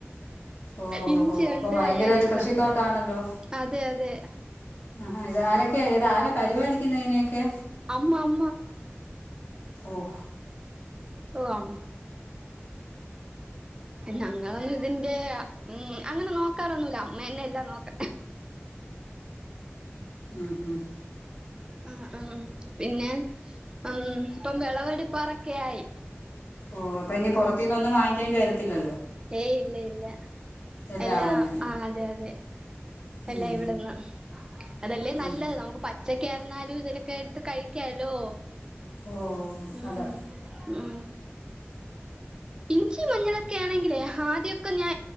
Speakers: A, on the left; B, on the right.
A: ഓഹോ
B: ഇഞ്ചിയുണ്ട്
A: ഹോ അപ്പൊ ഭയങ്കര
B: അങ്ങനെയൊക്കെ
A: ഒരു കൃഷിത്തോട്ടണല്ലോ
B: അതെ അതെ
A: ആഹാ ഇത് ആാരൊക്കെ
B: ഉം
A: ഇത് ആാര പരിപാലിക്കുന്ന ഇതിനൊക്കെ
B: അമ്മ അമ്മ
A: ഓഹ്
B: ഓഅം ഞങ്ങളൊരുതിന്റെ ഉം അങ്ങനെ നോക്കാറൊന്നുല അമ്മന്നെ എല്ലാം നോക്ക
A: ഉം ഉം
B: ആ ആം പിന്നെ ഉം ഇപ്പം വിളവെടുപ്പാറൊക്കെ ആയി
A: ഓ അപ്പ ഇനി പൊറത്തീന്ന്
B: ഉം
A: ഒന്നും വാങ്ങിക്കേണ്ടി വരത്തില്ലല്ലോ
B: ഏയ് ഇല്ല ഇല്ല
A: എല്ലാം
B: എല്ലാ
A: അവിടെന്ന് തന്നെ
B: അ അതെ അതെ അല്ല
A: ഉം
B: ഇവിടെന്ന് അതല്ലേ
A: ഉം
B: നല്ലത് നമുക്ക് പച്ച ഏന്തൊക്കെരിന്നാലും ഇതോക്കെ കേ എടുത്ത് കഴിക്കാലോ
A: ഓ
B: ഉം
A: അതാ
B: ഉം ഇഞ്ചി മഞ്ഞളൊക്കെ ആണെങ്കിലേ ആദ്യൊക്കെ ഞാ